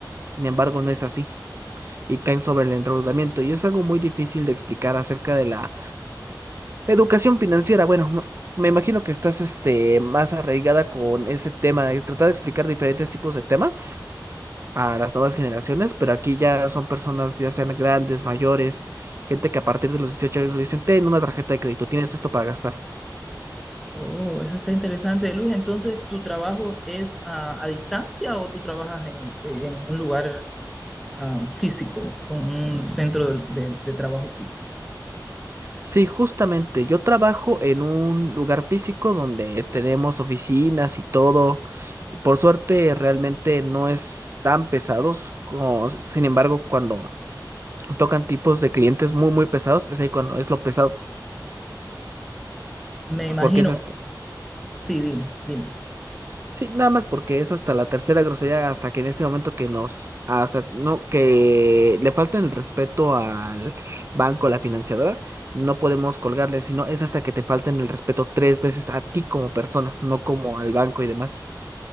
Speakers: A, on the right (about 35°); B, in the centre.
A: Sin embargo, no es así y caen sobre el endeudamiento y es algo muy difícil de explicar acerca de la educación financiera. Bueno, m- me imagino que estás este, más arraigada con ese tema, de tratar de explicar diferentes tipos de temas a las nuevas generaciones, pero aquí ya son personas, ya sean grandes, mayores, gente que a partir de los 18 años le dicen, ten una tarjeta de crédito, tienes esto para gastar.
B: Oh, eso está interesante, Luis. Entonces, ¿tu trabajo es a, a distancia o tú trabajas en, en un lugar ah, físico, con un centro de, de- de trabajo físico?
A: Sí, justamente, yo trabajo en un lugar físico donde tenemos oficinas y todo. Por suerte, realmente no es tan pesados, como- sin embargo, cuando tocan tipos de clientes muy, muy pesados, es ahí cuando es lo pesado,
B: Me imagino,
A: porque esas
B: sí, dime, dime.
A: Sí, nada más porque es hasta la tercera grosería, hasta que en este momento que nos, hasta, no, que le falta el respeto al banco, la financiadora, no podemos colgarle, sino es hasta que te falten el respeto tres veces a ti como persona, no como al banco y demás.